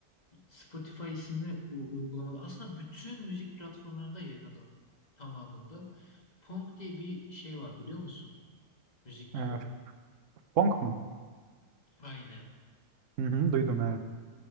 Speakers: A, on the left; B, on the right.
A: Spotify isimli u- uygulamada aslında bütün müzik platformlarında yayınladım tamamında. Punk diye bir şey var biliyor musun? Müzik
B: Ee,
A: türü.
B: funk mu?
A: Aynen.
B: Hı hı, duydum evet.